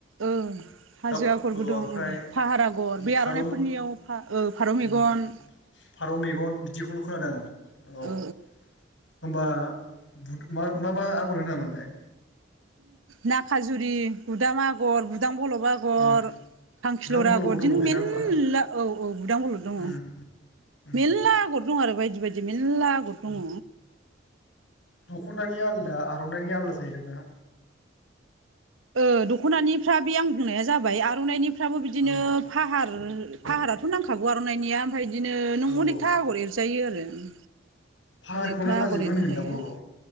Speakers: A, on the right (about 90°); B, on the left (about 70°).
A: ओ हाजो
B: दाउ
A: आगरबो
B: ओ
A: दं
B: ओमफ्राय
A: ओं फाहार आगर बे
B: फारौ
A: आर'नाइफोरनियाव फा- ओ फारौ
B: उम
A: मेग गन
B: फारौ मेगन बिदिखौल' खोनादों आङो औ
A: ओ
B: होनोमबा बुद मा मा आगर होनामोनलाय?
A: नाखाजुरि गुदाम आगर बुदां बलब आगर
B: उम
A: खांखिलर
B: बुदां बल'बो
A: आगर
B: दंबावोसो
A: दिन मिनला
B: ना होमबा
A: औ औ बुदां बलर दङ
B: उम उम
A: मेरला आगर दं आरो बायदि बायदि मेल्ला आगर
B: उम
A: दङ।
B: दख'नानि आलादा आर'नाइनि आलादा जायो दां ना?
A: ओ दख'नानिफ्रा बे आं बुंनाया जाबाय आर'नाइनिफ्राबो बिदिनो
B: औ
A: फाहार फाहाराथ' नांखागौ आर'नाइनायनिया ओमफ्राय बिदिनो
B: औ
A: नों अनेकथा
B: औ
A: आगर एरजायो आरो उम
B: फाहारखौनो
A: अनेकथा
B: हाजोबो
A: आगर एरनो
B: होनगोन
A: हायो।
B: दा बर'आव